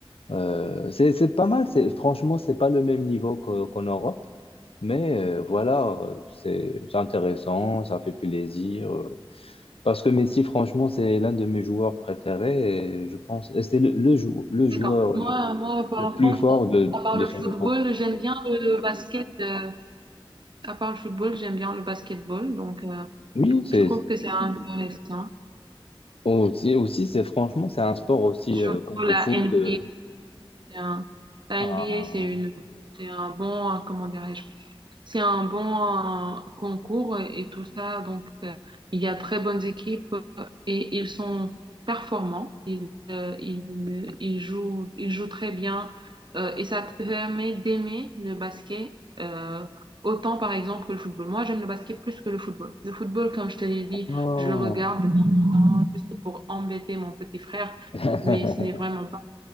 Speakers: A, on the left; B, on the right.
A: Euh, c'est, c'est pas mal, c'est, franchement, c'est pas le même niveau que- qu'en Europe, mais euh, voilà, euh, c'est c'est intéressant, ça fait plaisir. euh, parce que Messi, franchement, c'est l'un de mes joueurs préférés et je pense, et c'est le, le, jou- le joueur
B: D'accord. Moi,
A: le,
B: moi, par
A: le plus
B: contre,
A: fort de,
B: à part
A: de
B: le
A: son
B: football,
A: époque.
B: j'aime bien le basket. euh, à part le football, j'aime bien le basketball. Donc, euh,
A: Oui, c'est
B: je trouve que c'est intéressant.
A: aussi, aussi c'est franchement, c'est un sport aussi
B: Surtout
A: euh, comme
B: la
A: le foot.
B: NBA.
A: euh,
B: C'est un, la
A: ah.
B: NBA, c'est une, c'est un bon, euh, comment dirais-je, c'est un bon euh, concours et tout ça. Donc, euh, il y a très bonnes équipes euh, et ils sont performants. Ils, euh, ils, ils jouent, ils jouent très bien euh, et ça te permet d'aimer le basket euh, autant, par exemple, que le football. Moi, j'aime le basket plus que le football. Le football, comme je te l'ai dit,
A: Oh.
B: je le regarde vraiment juste pour embêter mon petit frère,
A: <laughs>
B: mais ce n'est vraiment pas.